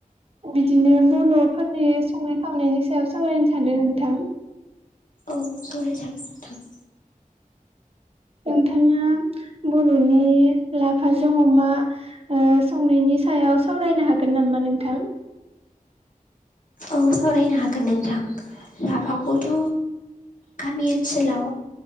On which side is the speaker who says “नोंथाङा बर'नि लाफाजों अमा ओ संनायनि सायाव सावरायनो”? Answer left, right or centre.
Right